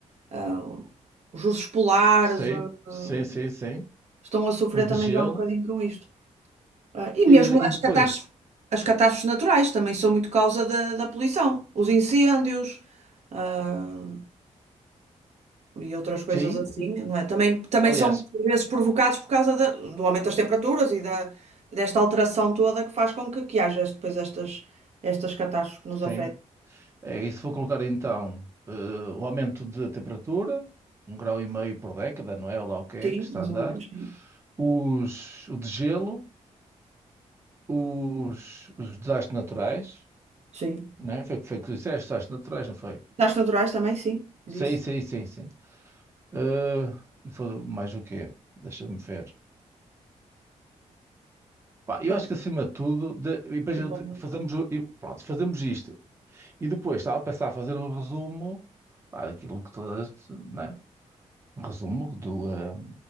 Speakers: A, on the right; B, on the right.
A: ah, os ursos polares,
B: sim,
A: ah, ah,
B: sim, sim, sim,
A: estão a sofrer
B: o de
A: também
B: gelo,
A: já um bocadinho com isto. Ah, E mesmo
B: e,
A: as
B: e depois,
A: catástrofes, as catástrofes naturais também são muito causa da, da poluição, os incêndios, ah, e outras coisas
B: sim,
A: assim, não é? Também, também
B: aliás,
A: são muitas vezes provocados por causa da- do aumento das temperaturas e da, desta alteração toda que faz com que, que haja depois estas, estas catástrofes que nos
B: sim,
A: afetam.
B: é isso. Vou colocar então eh, o aumento de temperatura, um grau e meio por década, não é? Ou lá o que é
A: Sim,
B: que está
A: mais
B: a andar,
A: ou menos, sim.
B: os, o de gelo, os, os desastres naturais,
A: Sim.
B: não é? Foi o que foi que tu disseste, desastres naturais, não foi?
A: Catástrofes naturais também, sim, disse.
B: Sim, sim, sim, sim. Ah, e foi mais o quê? Deixa-me ver. Pá, eu
A: Ah,
B: acho que acima de tudo, de- e depois
A: Principalmente.
B: eu te- fazemos, o- e pronto, fazemos isto. E depois estava a pensar a fazer o resumo, pá, daquilo que todas, né? Um resumo do, ah,